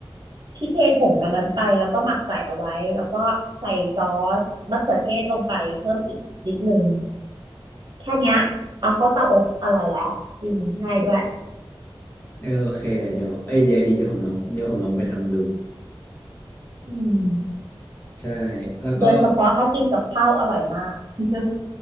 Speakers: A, on the right (about 55°); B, on the left (about 25°).
A: พี่เทผงอันนั้นไปแล้วก็หมักใส่เอาไว้แล้วก็ใส่ซอสมะเขือเทศลงไปเพิ่มอีกนิดนึง แค่เนี้ยเอาเข้าเตาอบอร่อยแล้วจริงง่ายด้วย
B: เออโอเคเลยเดี๋ยวไอเดียดีเดี๋ยวผมลองเดี๋ยวผมลองไปทำดู
A: อืม
B: ใช่แล้วก็
A: โดยเฉพาะถ้ากินกับข้าวอร่อยมาก <laughs>